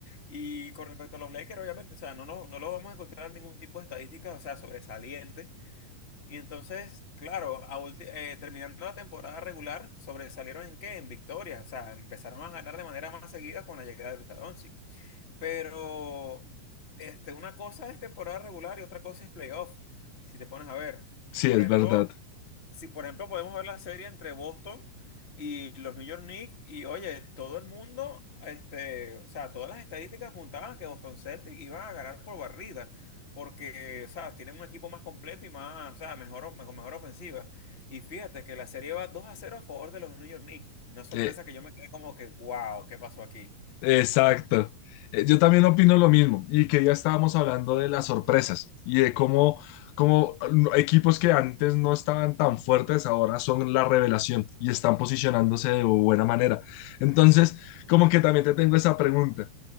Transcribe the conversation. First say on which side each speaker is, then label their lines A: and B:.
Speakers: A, on the left (about 25°); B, on the left (about 85°).
A: Y con respecto a los Lakers, obviamente, o sea, no, no, no lo vamos a encontrar ningún tipo de estadísticas, o sea, sobresalientes, y entonces, claro, a ulti- eh, terminando la temporada regular, sobresalieron en qué? En victorias. O sea, empezaron a ganar de manera más seguida con la llegada de Luka Doncic. Pero este, una cosa es temporada regular y otra cosa es playoff, si te pones a ver.
B: sí,
A: Por
B: es
A: ejemplo,
B: verdad.
A: si, por ejemplo, podemos ver la serie entre Boston y los New York Knicks, y oye, todo el mundo, este, o sea, todas las estadísticas apuntaban a que Boston Celtics iba a ganar por barrida, porque, o sea, tienen un equipo más completo y más, o sea, mejor, o- con mejor ofensiva. Y fíjate que la serie va 2 a cero a favor de los New York Knicks. Una sorpresa
B: Eh,
A: que yo me quedé como que, wow, ¿qué pasó aquí?
B: Exacto. Eh, Yo también opino lo mismo. Y que ya estábamos hablando de las sorpresas y de cómo, cómo mm, equipos que antes no estaban tan fuertes ahora son la revelación y están posicionándose de buena manera. Entonces, como que también te tengo esa pregunta.